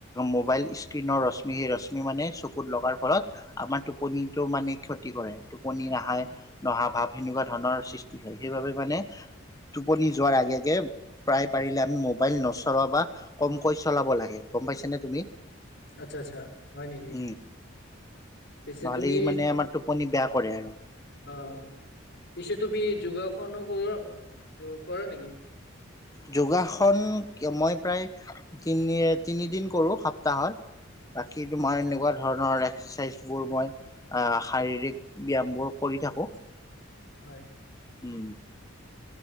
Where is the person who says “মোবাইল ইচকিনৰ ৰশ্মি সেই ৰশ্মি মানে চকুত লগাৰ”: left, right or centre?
Left